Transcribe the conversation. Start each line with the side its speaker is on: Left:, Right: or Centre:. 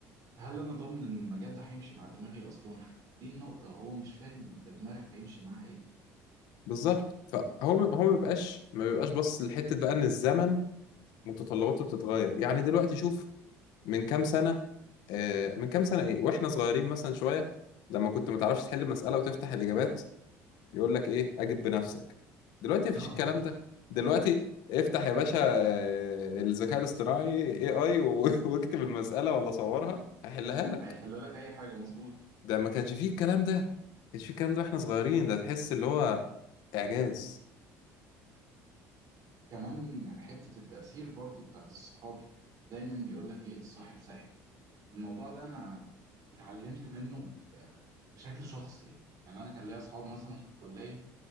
Right: هل أنا ضامن إن المجال ده هيمشي مع دماغي أصلا؟ دي النقطة هو مش فاهم أنت دماغك هيمشي معاها إيه
Left: بالظبط فهو ب- هو ما بيبقاش ما بيبقاش بص لحتة بقى ان الزمن متطلباته بتتغير يعني دلوقتي شوف من كام سنة آه، من كام سنة إيه وإحنا صغيرين مثلا شوية لما كنت ما تعرفش تحل مسألة وتفتح الإجابات يقول لك إيه أجب بنفسك دلوقتي مفيش
Right: <laughs>
Left: الكلام ده دلوقتي افتح يا باشا آه، الذكاء الاصطناعي AI و- <laughs> واكتب المسألة ولا صورها هيحلها لك
Right: هيحل لك أي حاجة مظبوط
Left: ده ما كانش فيه الكلام ده ما كانش فيه الكلام ده وإحنا صغيرين ده تحس اللي هو إعجاز
Right: كمان حتة التأثير برضو بتاعت الصحاب دايما بيقولك إيه الصاحب ساحب الموضوع ده أنا اتعلمت منه ب- بشكل شخصي يعني يعني أنا كان ليا أصحاب مثلا في الكلية